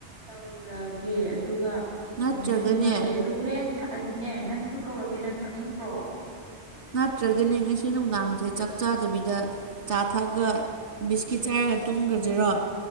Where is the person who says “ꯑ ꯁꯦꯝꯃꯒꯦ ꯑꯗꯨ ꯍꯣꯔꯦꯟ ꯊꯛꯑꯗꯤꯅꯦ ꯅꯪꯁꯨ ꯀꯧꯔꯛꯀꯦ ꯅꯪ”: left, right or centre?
Right